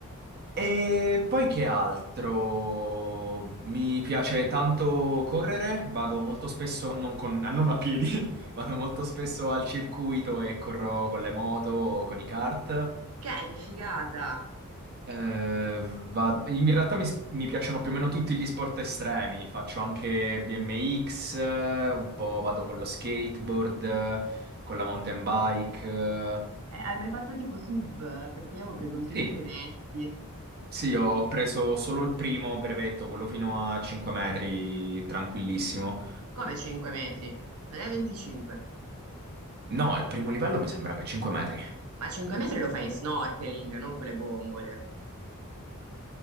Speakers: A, on the right; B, on the right.
A: E poi che altro? Mi piace tanto correre, vado molto spesso, non, con- ah, non a piedi, <laughs> vado molto spesso al circuito e corro con le moto o con i kart.
B: Ok, che figata.
A: Eh, va- in realtà mi, s- mi piacciono più o meno tutti gli sport estremi, faccio anche BMX, eh, un po' vado con lo skateboard, eh, con la mountain bike. eh.
B: Eh, hai mai fatto tipo sub? Perché io avevo preso un po'
A: Sì.
B: di brevetti.
A: Sì, ho preso solo il primo brevetto, quello fino a 5 metri, tranquillissimo.
B: Come 5 metri? Non è 25.
A: No, il primo livello mi sembra che è 5 metri.
B: Ma 5 metri lo fai in snorkeling, non con le bombole.